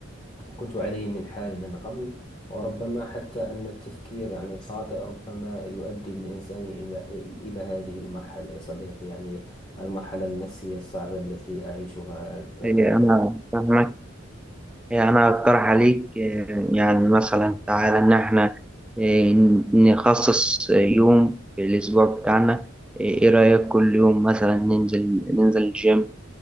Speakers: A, on the left (about 25°); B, in the centre.
A: كنت عليه من حال من قبل وربما حتى أن التفكير يعني الخاطئ ربما يؤدي بالإنسان إلى إلى هذه المرحلة يا صديقي يعني المرحلة النفسية الصعبة التي أعيشها
B: آه،
A: أنا الآن
B: أنا فاهمك آه، أنا أقترح عليك آه، يعني مثلا تعالى إن إحنا آه، نخصص يوم في الأسبوع بتاعنا إيه إيه رأيك كل يوم مثلا ننزل ننزل الجيم